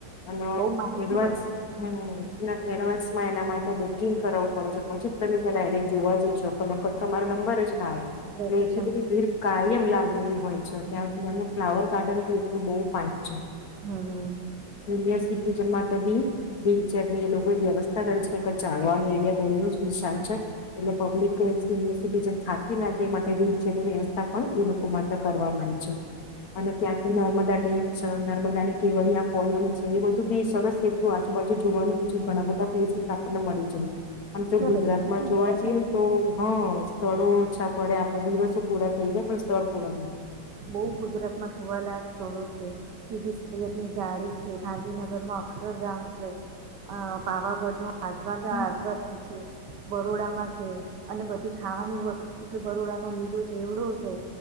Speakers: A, on the left; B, on the right.
A: અને
B: બહુ માનસી
A: એડવાન્સ
B: બને
A: હમ એડવાન્સમાં એના માટે બુકિંગ કરાવવું પડે છે પછી તમે જોવા જઈ શકો તમારો નંબર જ ના આવે
B: વેકેશન
A: એટલે એટલી બધી ભીડ કાયમ લાગેલી હોય છે
B: હમ
A: ત્યાં સુધી ફ્લાવર ગાર્ડન એું બહુ ફઇન છે
B: હમ
A: સીનિયર સિટીઝન તબી વ્હીલચેરની એ લોકો વ્યવસ્થા કરી છે કેમ કે ચાલવાનું એરિયા બઉ જ વિશાલ
B: હમ.
A: છે. એટલે પબ્લિક સિનિયર સીટીઝન થાકી ના જાય માટે વિલચેરની વ્યવ તા પણ એ લોકો માટે કરવા મળી છ. અને ત્યાંથી નર્મદા ડેમ છ. નર્મદાની કેવડીયા કોલોની છે એ બધું બી સરસ એટલું આજુબાજુ જોવાનું બીજું ઘણા બધા પ્લેસીસ આપડન મળી જાય. આમ તો
B: જો
A: ગુજરાત
B: રહેવાનું છે
A: જોવા
B: ને,
A: જીએ ન તો હન સ્થળો ઓછા પડે આપ દિવસો પૂરા થઈ જાય પણ સ્થળ પૂરા ન થાય.
B: બઉ ગુજરાતમાં જોવા લાયક સ્થળો છે. સીદી સૈયદની જાળી છે. ગાંધીનગરમાં અક્ષરધામ છે. આ પાવાગઢનો આજવા
A: થાય.
B: ગા આજવા ગામ છે. બરોડામાં છે. અને બધી ખાવાની વસ્તુ કે બરોડાનો લીલો ચેવડો છે.